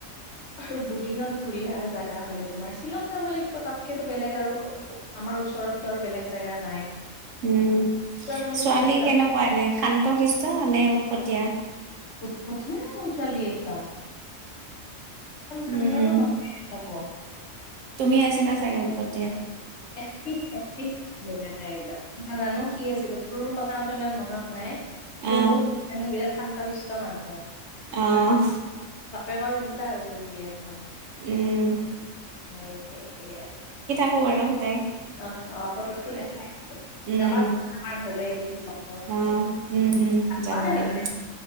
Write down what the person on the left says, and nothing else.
আৰু দুদিনত ঘুৰি আহা জাগ জাগা হলে তোমাৰ শ্বিলং যাব লাগিব তাতকেতো বেলেগ আৰু আমাৰ ওচৰতটো আৰু বেলেগ জাগা নাই
উত্তৰ ফালেতো
এতিয়া যা
উঠপঠিয়া মোৰ ছোৱালী একদম একদম
ঠাণ্ডাটো নহ <unintelligible>
এক্টিভ এক্টিভ <unintelligible> নাজানো কি আছিলো সৰুৰ কথা তাৰতো ইমান মনত নাই কিন্তু
মোৰ ই বিৰাট শান্ত শিষ্ট মানুহ
আৰু বাপেকৰ উল্টা হৈছে জীয়েক মানে
হয় সেই- সেই আৰ।
অহ', অহ', ফটততো দেখাই বাৰু
যাবাচোন আমাৰ ঘৰলে এদিন পাবা তেতিয়া
কতে
যাবা